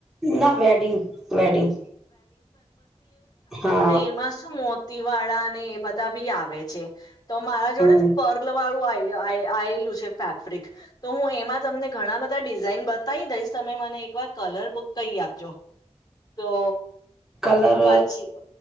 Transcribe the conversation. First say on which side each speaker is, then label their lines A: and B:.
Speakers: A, in the centre; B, on the left (about 35°).
A: ના વેડિંગ વેડિંગ હા.
B: તે એમાં શું મોત તિવાડા ને એ બધા બી આવે છે. તો મારાં જોડે
A: હમ
B: ને પર્લ વાળું આય આ આયેલુ છે ફેબ બ્રિકતો હું એમાં તમને ઘણાં બધાં બધાં ડિઝાઇન બતાવી દઈશ તમે મને એક વાર કલર કહી આપજો તો
A: કલર
B: પછી